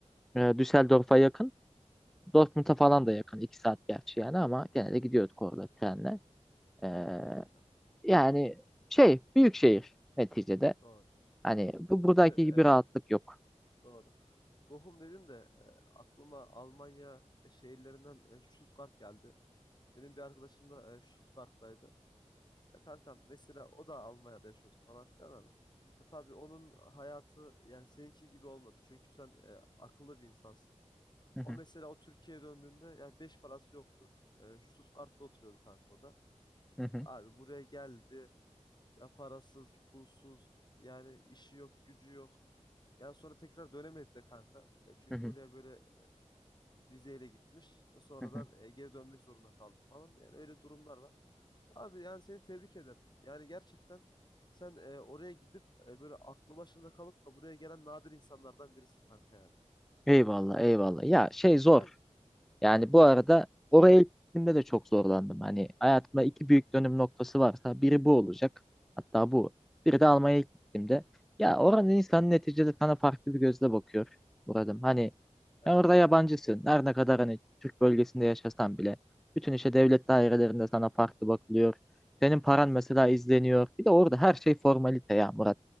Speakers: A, in the centre; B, on the left (about 35°).
A: Ee,
B: Hı
A: Düsseldorf'a
B: hı,
A: yakın. Dortmund'a falan da yakın. iki saat gerçi yani ama gene de gidiyorduk orada trenle. Ee,
B: evet
A: yani şey büyük şehir neticede.
B: doğru.
A: Hani bu
B: Şimdi
A: buradaki
B: e,
A: gibi rahatlık yok.
B: doğru. Bochum dedin de e, aklıma Almanya e, şehirlerinden e, Stuttgart geldi. Benim bir arkadaşım da e, Stuttgart'taydı. Ya kankam mesela o da Almanya'da yaşıyordu falan filan ama ya tabii onun hayatı yani seninki gibi olmadı. Çünkü sen e, akıllı bir insansın.
A: <laughs>
B: O mesela o Türkiye'ye döndüğünde yani beş parası yoktu. E, Stuttgart'ta oturuyordu kanka o da.
A: Hı hı,
B: Abi buraya geldi ya parasız, pulsuz yani işi yok, gücü yok. Yani sonra tekrar dönemedi de kanka. E, çünkü
A: hı hı,
B: oraya böyle e, vizeyle gitmiş. Sonradan
A: hı hı.
B: e, geri dönmek zorunda kaldı falan. Yani öyle durumlar var. Abi yani seni tebrik ederim. Yani gerçekten sen e, oraya gidip e, böyle aklı başında kalıp da buraya gelen nadir insanlardan birisin kanka yani.
A: Eyvallah, eyvallah. Ya şey zor.
B: Yani
A: Yani bu
B: buyur.
A: arada oraya ilk gittiğimde de çok zorlandım. Hani hayatımda iki büyük dönüm noktası varsa biri bu olacak. Hatta bu. Biri de Almanya'ya ilk gittiğimde. Ya oranın insanı neticede sana farklı bir gözle bakıyor. Buradım. Hani
B: Evet.
A: sen orada yabancısın. Her ne kadar hani Türk bölgesinde yaşasan bile. Bütün işte devlet dairelerinde sana farklı bakılıyor. Senin paran
B: Kesinlikle.
A: mesela izleniyor. Bir de orada her şey formalite ya Murat.